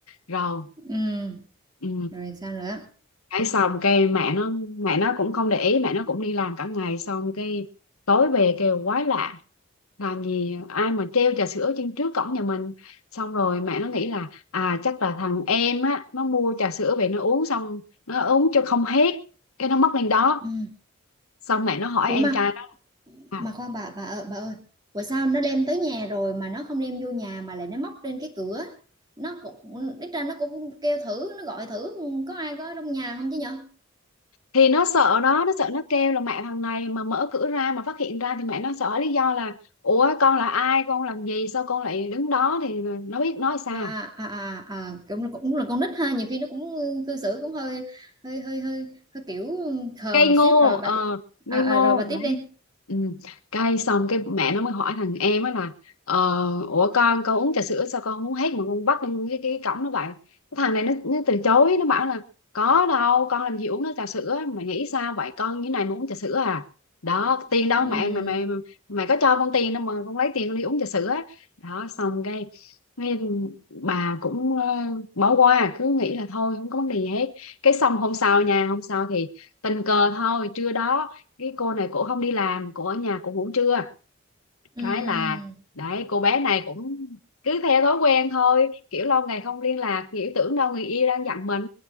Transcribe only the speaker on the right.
ừm,
rồi sao nữa
Ừm.
ủa
mà
mà
khoan bà bà ơi bà ơi bữa sao nó đem tới nhà rồi mà nó không đem vô nhà mà lại nó móc lên cái cửa nó cũng ít ra nó cũng kêu thử nó gọi thử có ai có trong nhà không chứ nhở
à à à à cũng cũng là con nít ha nhiều khi nó cũng ừ, cư xử cũng hơi hơi hơi hơi hơi kiểu khờ
một xíu
rồi bà
ti-
à, à,
rồi bà tiếp
đi
Ừm,
ừm.